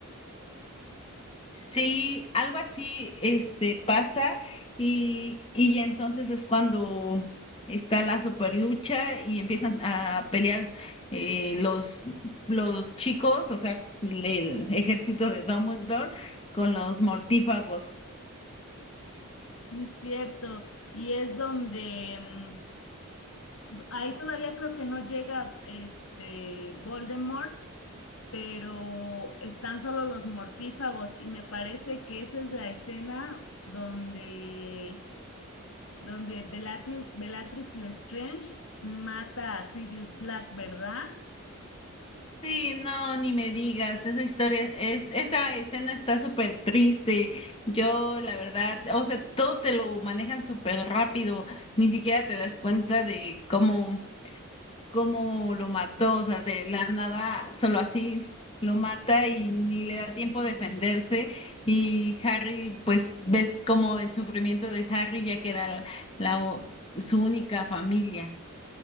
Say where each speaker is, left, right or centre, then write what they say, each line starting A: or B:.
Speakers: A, on the left; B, on the left.
A: Sí, algo así, este, pasa y, y ya entonces es cuando está la super lucha y empiezan a pelear eh, los, los chicos, o sea, el ejército de Dumbledore con los mortífagos.
B: Sí, es cierto. Y es donde mm, ahí todavía creo que no llega este Voldemort, pero están solo los mortífagos. Y me parece que esa es la escena donde, donde Belati- Bellatrix Lestrange mata a Sirius Black, ¿verdad?
A: Sí, no, ni me digas, esa historia es, esa escena está súper triste. Yo, la verdad, o sea, todo te lo manejan súper rápido, ni siquiera te das cuenta de cómo cómo lo mató, o sea, de la nada, solo así lo mata y ni le da tiempo a defenderse. Y Harry, pues ves como el sufrimiento de Harry, ya que era la, la- su única familia.